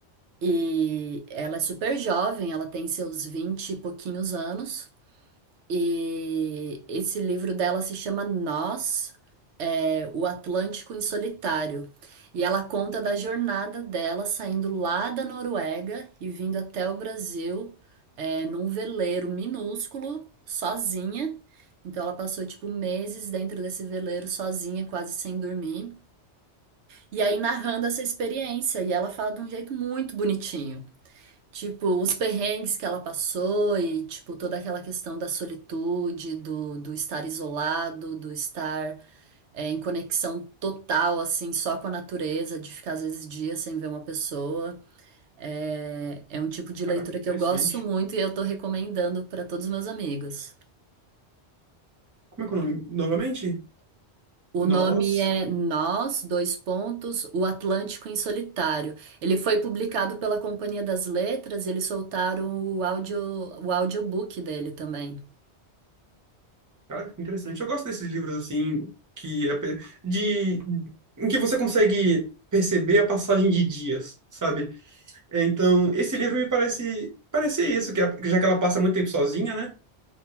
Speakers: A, on the right; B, on the right.
A: E ela é super jovem, ela tem seus 20 e pouquinhos anos. E esse livro dela se chama Nós. É, O Atlântico em Solitário. E ela conta da jornada dela saindo lá da Noruega e vindo até o Brasil é, num veleiro minúsculo, sozinha. Então ela passou tipo meses dentro desse veleiro sozinha, quase sem dormir. E aí narrando essa experiência. E ela fala de um jeito muito bonitinho. Tipo, os perrengues que ela passou e, tipo, toda aquela questão da solitude, do, do estar isolado, do estar é, em conexão total, assim, só com a natureza, de ficar às vezes dias sem ver uma pessoa. É, é um tipo de leitura
B: caraca, que interessante.
A: que eu gosto muito e eu tô recomendando para todos os meus amigos.
B: Como é que é o nome? Novamente?
A: O
B: Nós.
A: nome é Nós, dois pontos, O Atlântico em Solitário. Ele foi publicado pela Companhia das Letras e eles soltaram o áudio, o audiobook dele também.
B: Caraca, que interessante. Eu gosto desses livros assim que é pe- de em que você consegue perceber a passagem de dias, sabe? É, Então, esse livro me parece parece isso, que é a- já que ela passa muito tempo sozinha, né?